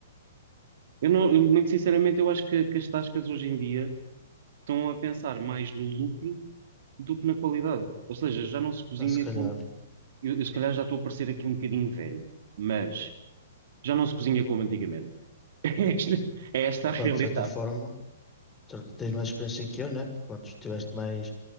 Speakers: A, on the right (about 50°); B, on the left (about 15°).
A: Eu não, eu, muito sinceramente, eu acho que, que as tascas hoje em dia estão a pensar mais no lucro do que na qualidade. Ou seja, já não se cozinha
B: pá, se calhar,
A: Eu, eu se calhar já estou a parecer aqui um bocadinho velho, mas já não se cozinha como antigamente. <laughs> É esta, é esta
B: opá,
A: a realidade.
B: de certa forma, de certa- tens mais experiência que eu, né? Pronto, tiveste mais,